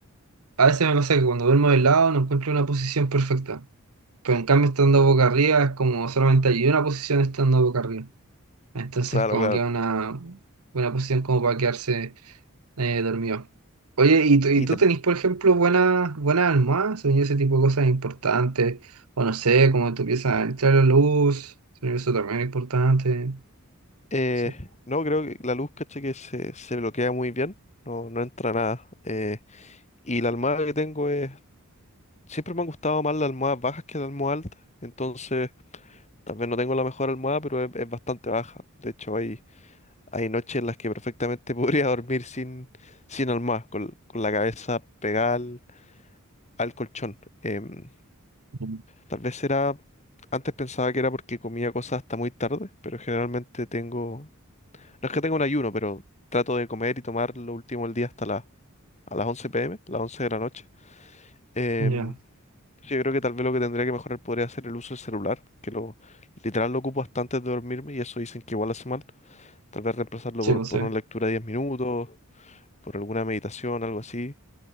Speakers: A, on the right; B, on the left.
A: a veces me pasa que cuando duermo de lado no encuentro una posición perfecta. Pero en cambio, estando boca arriba, es como solamente hay una posición estando boca arriba. Entonces,
B: claro,
A: como
B: claro.
A: que una, una posición como para quedarse eh, dormido. Oye, ¿y tú, y
B: Y
A: tú
B: te-
A: tenés, por ejemplo, buenas buenas almohadas? Según yo, ese tipo de cosas importantes. O no sé, como tú empiezas a entrar la luz. Según yo, eso también es importante.
B: eh,
A: Sí.
B: no, creo que la luz, caché, que se, se bloquea muy bien, no, no entra nada. Eh, y la almohada que tengo es... Siempre me han gustado más las almohadas bajas que las almohadas altas, entonces tal vez no tengo la mejor almohada, pero es, es bastante baja. De hecho, hay Hay noches en las que perfectamente <laughs> podría dormir sin, sin almohada, con, con la cabeza pegada al, al colchón. Em,
A: Mm.
B: tal vez era, antes pensaba que era porque comía cosas hasta muy tarde, pero generalmente tengo, no es que tenga un ayuno, pero trato de comer y tomar lo último del día hasta las a las once p m las 11 de la noche. Em,
A: Ya,
B: yo creo que tal vez lo que tendría que mejorar podría ser el uso del celular, que lo literal lo ocupo hasta antes de dormirme y eso dicen que igual hace mal. Tal vez reemplazarlo
A: sí,
B: por,
A: pues
B: por
A: sí.
B: una lectura de 10 minutos, por alguna meditación, algo así.